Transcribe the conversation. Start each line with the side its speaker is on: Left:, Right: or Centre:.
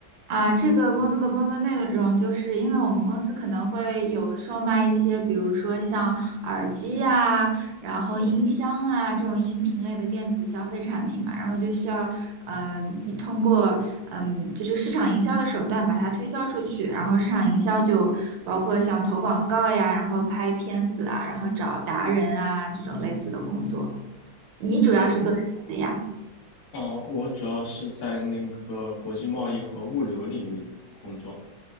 Right: 啊，这个工作的工作内容，就是因为我们公司可能会有售卖一些，比如说像耳机啊，然后音箱啊这种音频类的电子消费产品嘛，然后就需要，嗯，通过嗯，就是市场营销的手段把它推销出去，然后市场营销就包括像投广告呀，然后拍片子啊，然后找达人啊这种类似的工作。你主要是做什么的呀？
Left: 我听，哦，我主要是在那个国际贸易和物流领域工作。